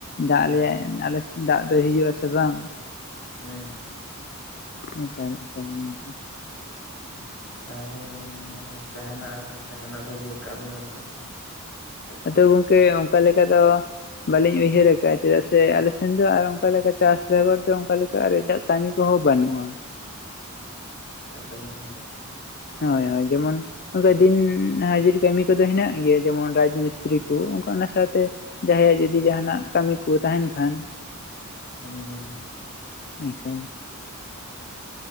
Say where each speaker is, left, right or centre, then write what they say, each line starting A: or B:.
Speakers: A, on the left; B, on the left.
A: ᱫᱟᱜ
B: ᱦᱮᱸ
A: ᱟᱞᱮᱣᱟ ᱮᱱ ᱟᱞᱮ ᱥᱮᱱ ᱫᱟᱜ ᱫᱚ ᱦᱤᱡᱩᱜ-ᱟ ᱥᱮ ᱵᱟᱝ᱾
B: ᱦᱩᱸ ᱦᱩᱸ᱾
A: ᱮᱠᱟᱞ ᱮᱠᱟᱞ ᱜᱚᱝᱠᱮ᱾
B: ᱟᱪᱪᱷᱟ ᱛᱟᱦᱚᱞᱮ ᱡᱟᱦᱟᱱᱟᱜ ᱟᱨᱚ ᱡᱟᱦᱟᱱᱟᱜ ᱵᱷᱟᱹᱵᱤ ᱟᱠᱟᱜ ᱵᱮᱱ ᱚᱱᱠᱟ? ᱪᱮᱫ ᱠᱚ
A: ᱟᱫᱚ ᱜᱚᱝᱠᱮ ᱚᱱᱠᱟ ᱞᱮᱠᱟ ᱫᱚ ᱵᱟᱹᱞᱤᱧ ᱩᱭᱦᱟᱹᱨ ᱟᱠᱟᱜ-ᱟ ᱪᱮᱫᱟᱜ ᱥᱮ ᱟᱞᱮ ᱥᱮᱱ ᱫᱚ ᱟᱨ ᱚᱱᱠᱟ ᱞᱮᱠᱟ ᱪᱟᱥ ᱵᱮᱜᱚᱨ ᱫᱚ ᱚᱱᱠᱟ ᱞᱮᱠᱟ ᱟᱨ ᱮᱴᱟᱜ ᱠᱟᱹᱱᱤ ᱠᱚᱦᱚᱸ ᱵᱟᱹᱱᱩᱜᱼᱟ᱾
B: ᱮᱴᱟᱜ ᱠᱟᱹᱢᱤ ᱠᱚᱦᱚᱸ ᱵᱟᱱᱩᱜ-ᱟ᱾
A: ᱦᱳᱭ ᱦᱳᱭ ᱡᱮᱢᱚᱱ ᱚᱱᱠᱟ ᱫᱤᱱ ᱦᱟᱡᱨᱤ ᱠᱟᱹᱢᱤ ᱠᱚᱫᱚ ᱦᱮᱱᱟᱜ ᱜᱮᱭᱟ ᱡᱮᱢᱚᱱ ᱨᱟᱡᱽ ᱢᱤᱥᱛᱤᱨᱤ ᱠᱚ᱾ ᱚᱱᱟ ᱥᱟᱶᱛᱮ ᱡᱟᱦᱟᱸᱭᱟᱜ ᱡᱩᱫᱤ ᱡᱟᱦᱟᱱᱟᱜ ᱠᱟᱹᱢᱤ ᱠᱚ ᱛᱟᱦᱮᱱ ᱠᱷᱟᱱ
B: ᱦᱩᱸ ᱦᱩᱸ ᱦᱩᱸ᱾
A: ᱮᱱᱠᱷᱟᱱ